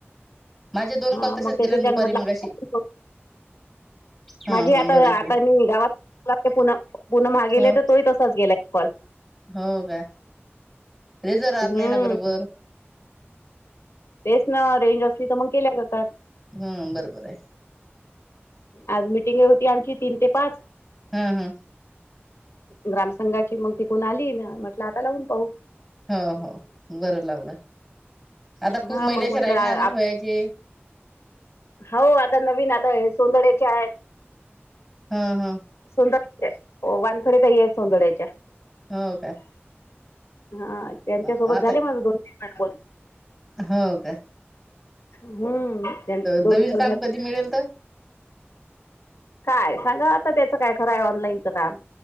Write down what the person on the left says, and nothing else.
हा
मग त्याच्याच्यान
म्हटलं
माझी
आता
आता मी गावात पुन पुन महा. गेले
तर तो तसाच गेलाय. कॉल.
हम्म
तेच ना रेंज असली तर मग केल्या जातात.
आज मिटिंगे होती आमची तीन ते पाच.
ग्रामसंघाची मगं तिकडून आली ना म्हटलं आता लावून पाहू
हा मग
म्हटलं
आप
हो आता नवीन आता सोंदड्याचे आहे.
सोंदड वानखड्या ताई आहेत सोंदड्याच्या.
हा त्यांच्या
सोबत
झाले माझं दोन तीन <unintelligible> कॉल.
हम्म! त्यांच दोन
कॉल
झालं.
काय सांगा आता त्याचं काय खरं आहे ऑनलाईनचं काम.